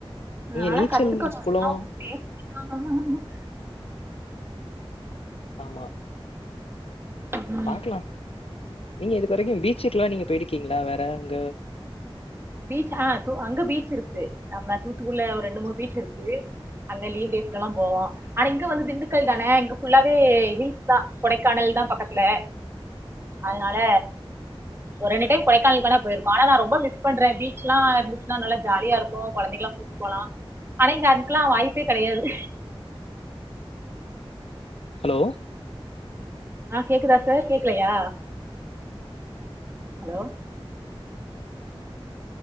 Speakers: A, on the right; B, on the left.
A: நாளா
B: இங்க நீச்சல்
A: கத்துக்கணும் அதெல்லாம்
B: குளம்
A: ஒரு செப்டிதான் <unintelligible>
B: ஆமா
A: உம் உம்
B: பாக்கலாம். நீங்க இது வரைக்கும் பீச்சுக்கெல்லாம் நீங்க போயிருக்கீங்களா வேற அங்க
A: பீச்ஆ அங்க பீச் இருக்கு நம்ம தூத்துக்குடில ஒரு ரெண்டு மூணு பீச் இருக்கு அங்க லீவ் டேஸ்லாம் போவோம் ஆனா இங்க வந்து திண்டுக்கல் தானே இங்க ஃபுல்லாவே விழ்ச்சி தான் கொடைக்கானல் தான் பக்கத்துல அதனால ஒரு ரெண்டு டைம் கொடைக்கானலுக்கு வேணா போயிருக்கோ ஆனா நான் ரொம்ப நாள் மிஸ் பண்றேன் பீச் எல்லாம் இருந்துச்சுன்னா நல்லா ஜாலியா இருக்கும் குழந்தைங்க எல்லாம் கூட்டு போலாம் ஆனா இங்க அதுக்கெல்லாம் வாய்ப்பே கிடையாது
B: ஹலோ
A: ஆஹ் கேக்குதா சார் கேக்கலையா ஹலோ